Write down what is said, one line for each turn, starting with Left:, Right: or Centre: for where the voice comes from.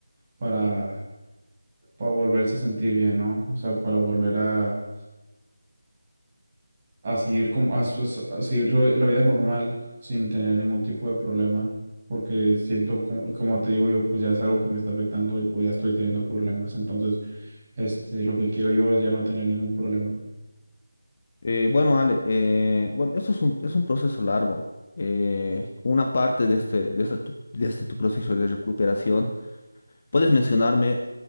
Right: para, para volverse a sentir bien, ¿no? O sea, para volver a, a seguir como a, su- a seguir lo- la vida normal sin tener ningún tipo de problema, porque siento como, como te digo yo, pues ya es algo que me está afectando y pues ya estoy teniendo problemas, entonces este lo que quiero yo es ya no tener ningún problema.
Left: Eh, bueno, Ale, eh, bueno, esto es un, es un proceso largo. Eh, una parte de este, de este, tu, de este tu proceso de recuperación, puedes mencionarme